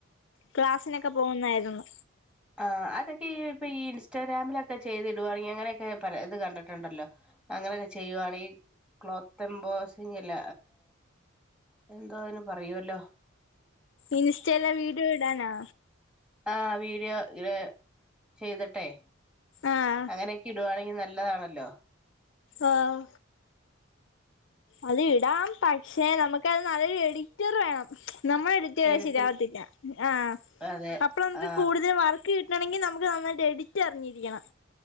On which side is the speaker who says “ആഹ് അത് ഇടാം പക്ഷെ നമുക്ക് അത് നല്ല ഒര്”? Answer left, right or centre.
Left